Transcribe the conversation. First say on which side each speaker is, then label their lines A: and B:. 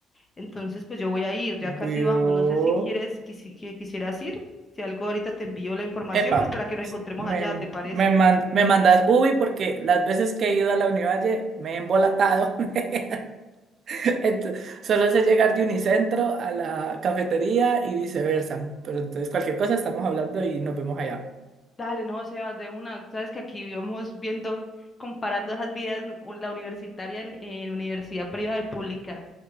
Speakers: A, on the left (about 20°); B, on the right (about 35°).
A: Entonces, pues yo voy a ir, ya casi
B: Vio.
A: vamos. No sé si quieres, que si- que quisieras ir. Si algo ahorita te envío la información,
B: Epa,
A: pues para que nos encontremos
B: me,
A: allá, ¿te parece?
B: me, man- me mandas Ubi porque las veces que he ido a la Univalle me he embolatado. <laughs> Ento- solo sé llegar de Unicentro a la cafetería y viceversa. Pero entonces cualquier cosa estamos hablando y nos vemos allá.
A: Dale, no, Sebas, de una. Sabes que aquí íbamos viendo, comparando esas vidas, nu- un- la universitaria en, en universidad privada y pública.